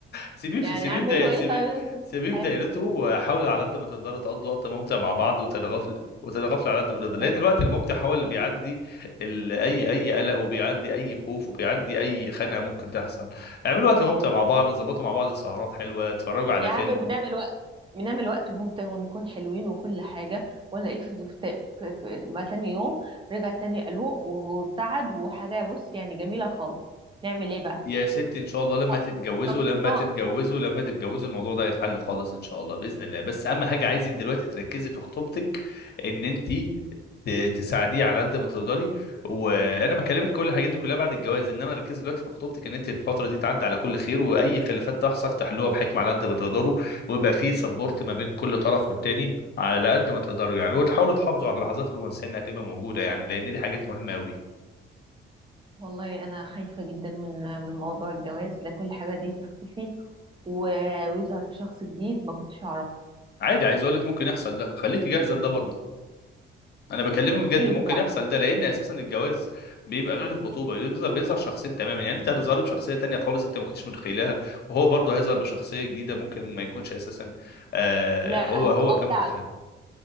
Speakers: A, on the left (about 55°); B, on the right (about 25°).
A: سيبيه
B: يعني
A: في سيبيه
B: اعمل
A: في داي...
B: له ايه
A: سيبيه
B: طيب لسه
A: سيبيه
B: في
A: في
B: حاله
A: دايرته وحاولوا على قد ما تقدروا تقضوا وقت ممتع مع بعض وتتغافل وتتغافل على قد ما تقدر لان
B: هي-
A: الوقت الممتع هو اللي بيعدي ال... اي اي قلق وبيعدي اي خوف وبيعدي اي خناقه ممكن تحصل اعملوا وقت ممتع مع بعض ظبطوا مع بعض سهرات حلوه اتفرجوا على
B: يا عم
A: فيلم
B: بنعمل وقت بنعمل وقت ممتع ونكون حلوين وكل حاجة ولا ايه في, في, في, في ما تاني يوم رجع تاني قلوق وابتعد وحاجة بص يعني جميلة خالص نعمل ايه بقى
A: يا ست ان شاء الله لما
B: آه،
A: تتجوزوا
B: طمناه
A: لما تتجوزوا لما تتجوزوا الموضوع ده هيتحل خالص ان شاء الله باذن الله بس اهم حاجه عايزك دلوقتي تركزي في خطوبتك ان انت ت- تساعديه على قد ما تقدري وانا بكلمك كل الحاجات دي كلها بعد الجواز انما ركزي دلوقتي في خطوبتك ان انت الفتره دي تعدي على كل خير واي خلافات تحصل تحلوها بحكمه على قد ما تقدروا ويبقى في سبورت ما بين كل طرف والتاني على قد ما تقدروا يعني وتحاولوا تحافظوا على اللحظات الرومانسيه انها تبقى موجوده يعني لان دي حاجات مهمه قوي
B: والله انا خايفة جدا من من موضوع الجواز لكل حاجة دي تختفي و- ويظهر شخص جديد ما كنتش اعرفه
A: عادي عايز اقول لك ممكن يحصل ده خليكي جاهزه لده برضه انا بكلمك بجد
B: كيف
A: ممكن
B: بقى
A: يحصل ده لان اساسا الجواز بيبقى غير الخطوبه بيظهر بيظهر شخصين تماما يعني انت هتظهر بشخصيه تانية خالص انت ما كنتش متخيلها وهو برضه هيظهر بشخصيه جديده ممكن ما يكونش اساسا آه
B: لا
A: هو
B: هتبقى
A: هو كان
B: بتاعته
A: متخيل